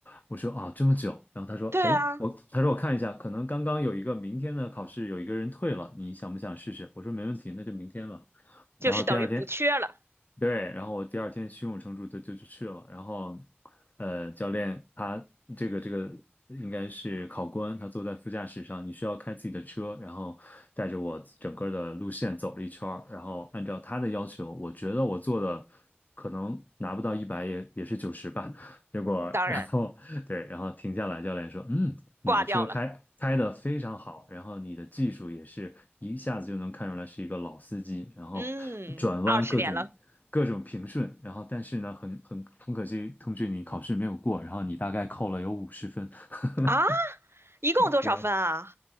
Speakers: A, on the left (about 45°); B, on the right (about 85°).
A: 我说啊，这么久。然后他说，
B: 对啊，
A: 哎，我他说我看一下，可能刚刚有一个明天的考试有一个人退了，你想不想试试？我说没问题，那就明天吧。然后第二天，
B: 就是等于补缺了，
A: 对，然后我第二天胸有成竹的就就去了，然后，呃，教练他这个这个应该是考官，他坐在副驾驶上，你需要开自己的车，然后带着我整个的路线走了一圈儿，然后按照他的要求，我觉得我做的可能拿不到一百也也是九十吧，<laughs> 结果然后对，
B: 当然
A: 然后停下来，教练说，嗯，你的车开开的非常好，
B: 挂掉了。
A: 然后你的技术也是一下子就能看出来是一个老司机，然后
B: 嗯，
A: 转弯各种各种平顺，
B: 二十年了
A: 然后但是呢，很很很可惜，同学你考试没有过，然后你大概扣了有五十分，<laughs>
B: 啊，一共多少分啊？
A: 对，